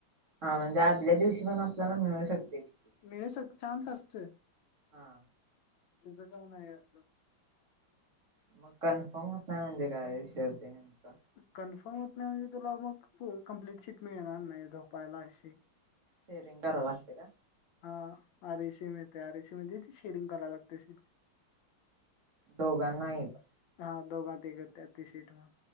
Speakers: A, on the right; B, on the left.
A: हा म्हणजे आदल्या दिवशी पण आपल्याला मिळू शकते तिकीट.
B: मिळे एक चान्स असतय.
A: हा
B: तुझ काउन आहे असं
A: मग कन्फर्म होत नाही म्हणजे काय विषय होते नेमका
B: कन्फर्म हो नाही म्हणजे तुला मग कंप्लीट शीट मिळणार नाही झोपायला अशी
A: डेरींग धरा लागते का
B: हा आर एसी मिळते आर एसी म्हणजे ते शेरिंग करायला लागते से,
A: दोघांना एक
B: हा दोघांात घते ती सीट मग